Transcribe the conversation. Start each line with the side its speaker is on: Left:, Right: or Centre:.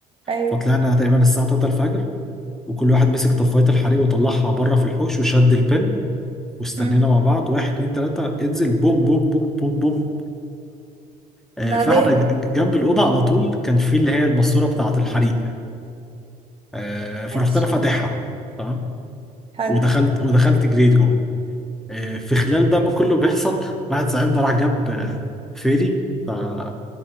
Right: ايوه
Centre: فطلعنا تقريبا الساعه 3 الفجر وكل واحد مسك طفايه الحريق وطلعها بره في الحوش وشد البن واستنينا
Right: مم.
Centre: مع بعض واحد اتنين تلاته انزل بوم بوم بوم بوم بوم آه،
Right: بعدين
Centre: فاحنا ج- جنب الاوضه على طول كان في اللي هي الماسوره بتاعه الحريق آه، فرحت
Right: ماشي
Centre: انا فاتحها تمام
Right: حلو
Centre: ودخلت ودخلت جريت جوه آه، في خلال ده ما كله بيحصل واحد صاحبنا راح جاب آه، فيري بتاع